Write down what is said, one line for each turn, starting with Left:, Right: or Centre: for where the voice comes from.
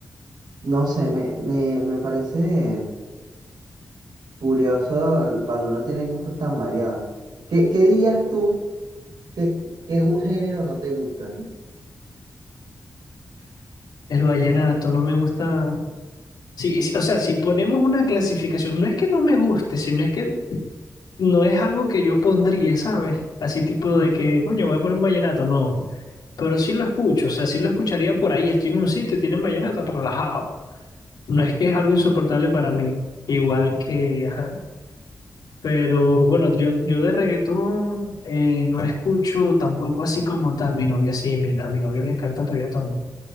Right: no sé, me, me, me parece curioso cuando uno tiene gustos tan variados. ¿Qué, qué dirías tú? ¿Qué, qué gu- género no te gusta?
Left: El vallenato no me gusta, Sí, sí, o sea, si ponemos una clasificación, no es que no me guste, sino es que no es algo que yo pondría, ¿sabes? Así tipo de que, coño, voy a poner un vallenato, no. Pero sí lo escucho, o sea, sí lo escucharía por ahí, estoy en un sitio y tienen vallenato relajado. No es que es algo insoportable para mí, igual que, ajá. Pero bueno, yo, yo de reggaetón eh, no escucho tampoco así como tal. Mi novia sí, mi- a mi novia le encanta el reggaetón